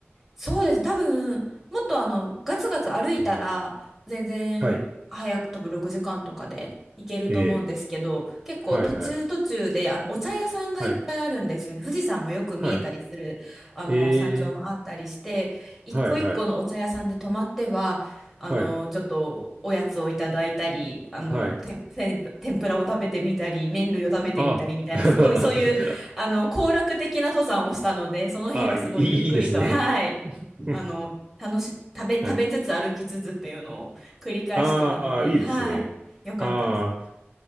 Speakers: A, in the centre; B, on the right.
A: そうです。多分、もっとあの、ガツガツ歩いたら、全然早く、
B: はい。
A: 多分6時間とかで行けると思うんですけど、
B: ええ
A: 結構途中途中で、
B: はい、はい、
A: あの、お茶屋さんがいっぱいあるんですよね。
B: はい、
A: 富士山もよく見えたりする、
B: は
A: あの、
B: い。
A: 山頂もあったりして、
B: ええ
A: 一個一個のお茶屋さんで泊まっては、
B: はい、はい、
A: あの、
B: はい、
A: ちょっとおやつをいただいたり、あの、
B: はい。
A: 天天天ぷらを食べてみたり、麺類を食べてみたりみたいな、
B: ああ。<laughs>
A: すごいそういう、
B: いや
A: あの、行楽的な登山をしたので、その日はすごいゆっくりと、
B: あ、いい、いいですね。
A: はい。
B: <laughs>
A: あの、楽し、食べ、食べつつ歩きつつっていうのを繰り返してたので、
B: はい。ああ、いいですね。
A: はい、よかったです。
B: ああ、